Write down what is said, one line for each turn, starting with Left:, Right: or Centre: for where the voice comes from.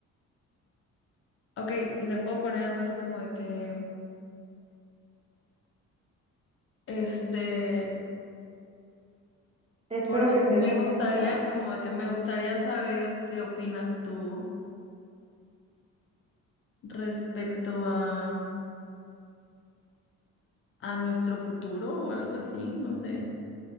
Left: Ok, le puedo poner algo así como de que, este,
Right: Espero
Left: por,
Right: que te
Left: me
Right: sientas.
Left: gustaría, como de que me gustaría saber qué opinas tú respecto a, a nuestro futuro o algo así, no sé.